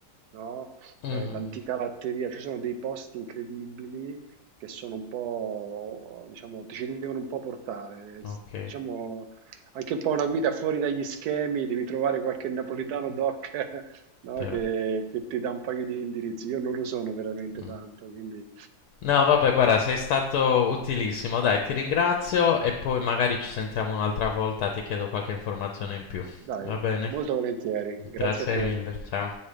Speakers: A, on the right (about 75°); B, on the left (about 75°).
A: no?
B: Mhm,
A: Eh, l'antica latteria, ci sono dei posti incredibili che sono un po', diciamo, ti ci devono un po' portare, eh,
B: ok.
A: s- diciamo anche un po' una guida fuori dagli schemi, devi trovare qualche napoletano doc, <laughs> no?
B: te-
A: Che, che ti dà un paio di indirizzi. Io non lo sono veramente
B: mm.
A: tanto, quindi...
B: No, vabbè, guarda, sei stato utilissimo. Dai, ti ringrazio e poi magari ci sentiamo un'altra volta, ti chiedo qualche informazione in più.
A: Dai,
B: Va bene?
A: molto volentieri, grazie
B: Grazie
A: a te.
B: mille, ciao.